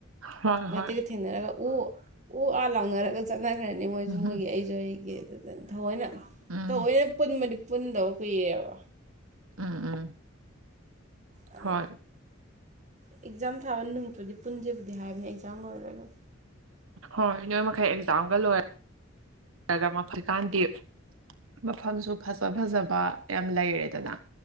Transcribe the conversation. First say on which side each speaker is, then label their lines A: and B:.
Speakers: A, on the right; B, on the right.
A: ꯍꯣꯏ
B: ꯃꯇꯦꯛꯒ
A: ꯍꯣꯏ
B: ꯊꯦꯡꯅꯔꯒ ꯎ ꯎ ꯑꯥ ꯂꯥꯎꯅꯔꯒ ꯆꯠꯅꯈ꯭ꯔꯅꯤ
A: ꯎꯝ
B: ꯑꯗꯨ ꯃꯣꯏꯒꯤ
A: ꯑ
B: ꯑꯩꯁꯨ ꯑꯩꯒꯤ ꯑꯗꯨꯅ ꯊꯑꯣꯏꯅ
A: ꯎꯝ
B: ꯊꯑꯣꯏꯅ ꯄꯨꯟꯕꯗꯤ ꯄꯨꯟꯗꯕ ꯀꯨꯏꯔꯦꯕ
A: ꯎꯝ ꯎꯝ
B: ꯑꯗꯨ
A: ꯍꯣꯏ
B: ꯑꯦꯛꯖꯥꯝ ꯊꯥꯕ ꯅꯨꯃꯤꯠꯄꯨꯗꯤ ꯄꯨꯟꯁꯦꯕꯨꯗꯤ ꯍꯥꯏꯕꯅꯦ ꯑꯦꯛꯖꯥꯝ ꯂꯣꯏꯔꯒ
A: ꯍꯣꯏ ꯅꯣꯏ ꯃꯈꯩ ꯑꯦꯛꯖꯥꯝꯒ ꯂꯣꯏ ꯅꯔ ꯃꯐ꯭ꯔꯤꯀꯥꯟꯗꯤ ꯃꯐꯝꯁꯨ ꯐꯖ ꯐꯖꯕ ꯌꯥꯝ ꯂꯩꯔꯦꯗꯅ